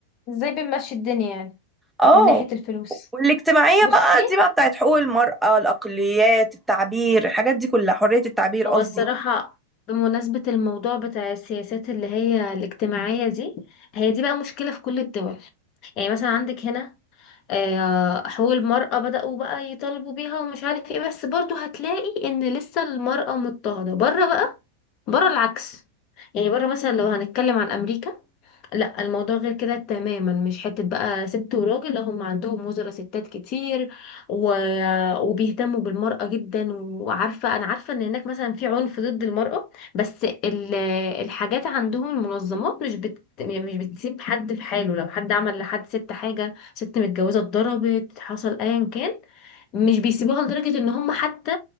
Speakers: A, on the left; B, in the centre.
A: ازاي بنمشي الدنيا يعني
B: اه
A: من ناحية الفلوس
B: والاجتماعية
A: بصي
B: بقى دي بقى بتاعت حقوق المرأة الأقليات التعبير الحاجات دي كلها حرية التعبير
A: هو
B: قصدي
A: الصراحه بمناسبه الموضوع بتاع السياسات اللي هي الاجتماعيه دي هي دي بقى مشكله في كل الدول يعني مثلا عندك هنا آه، حقوق المرأة بدأوا بقى يطالبوا بيها ومش عارف ايه بس برضو هتلاقي ان لسه المرأة مضطهدة بره بقى بره العكس يعني بره مثلا لو هنتكلم عن أمريكا لا الموضوع غير كده تماما مش حتة بقى ست وراجل لا هم عندهم وزراء ستات كتير و... وبيهتموا بالمرأة جدا وعارفة أنا عارفة إن هناك مثلا في عنف ضد المرأة بس ال... الحاجات عندهم المنظمات مش بت... يعني مش بتسيب حد في حاله لو حد عمل لحد ست حاجة ست متجوزة اتضربت حصل أيا كان مش بيسيبوها لدرجة إن هم حتى